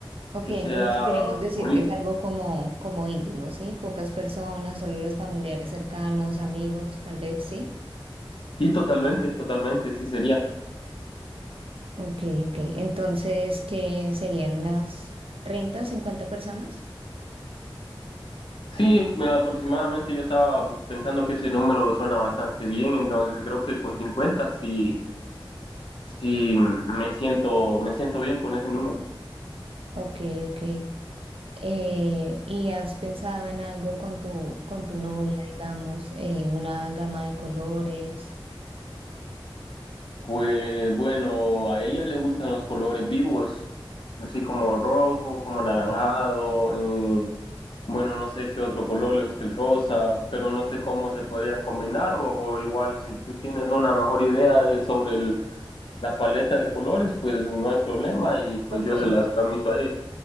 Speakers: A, on the right (about 80°); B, on the left (about 65°).
A: Ok,
B: que
A: entonces
B: sea
A: podríamos decir
B: bonito,
A: que es algo como, como íntimo, ¿sí? Pocas personas, solo los familiares cercanos, amigos, tal vez, ¿sí?
B: sí, totalmente, totalmente, sí sería.
A: Ok, ok. Entonces, ¿qué serían unas 30, 50 personas?
B: Sí, me- aproximadamente yo estaba pensando que ese número suena bastante bien, entonces creo que con 50 sí, sí me siento, me siento bien con ese número.
A: Ok, ok. Eh, ¿y has pensado en algo con tu, con tu novia, digamos, eh, una gama de colores?
B: Pues bueno, a ella le gustan los colores vivos, así como rojo, como anaranjado, eh, bueno, no sé qué otro color le gusta el rosa, pero no sé cómo se podrían combinar o, o igual si tú tienes una mejor idea de, sobre el- la paleta de colores, pues no hay problema y pues
A: Ok,
B: yo se las transmito a ella.